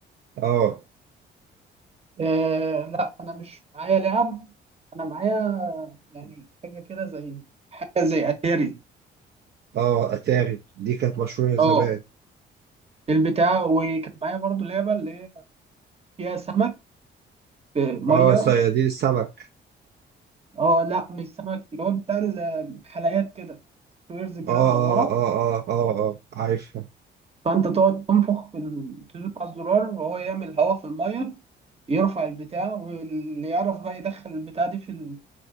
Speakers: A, on the right; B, on the right.
A: اه
B: إيه لا انا مش معايا لعب انا معايا يعني حاجه كده زي حاجه زي اتاري
A: اه اتاري دي كانت مشهورة زمان
B: اه البتاع وكان معايا برضو لعبة اللي هي فيها سمك آه، مية
A: اه صيادين السمك
B: اه لا مش سمك اللي هو بتاع الحلقات كده سكويرز كده
A: اه
B: مدورة
A: اه اه اه اه, آه. عارفها
B: فأنت تقعد تنفخ في ال- تدوس على الزرار وهو يعمل هواء في المية يرفع البتاع واللي يعرف بقى يدخل البتاع دي في ال-